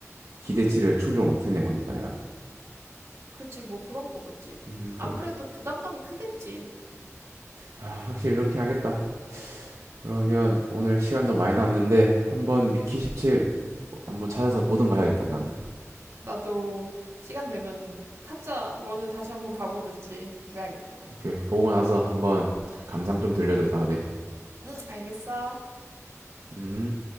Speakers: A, on the right; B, on the right.
A: 기대치를 충족을 못했네, 보니까 내가.
B: 그지, 뭐 그런 거겠지?
A: 음, 그,
B: 아무래도 부담감이 크겠지.
A: 아, 확실히 그렇긴 하겠다. 그러면 오늘 시간도 많이 남는데 한번 미키 17 한번 찾아서 보던가 해야겠다 나는.
B: 나도 시간 되면 타짜 원을 다시 한번 봐보든지 그래야겠다.
A: 오케이 보고 나서 한번 감상 좀 들려줘 다음에.
B: 응, 알겠어.
A: 음.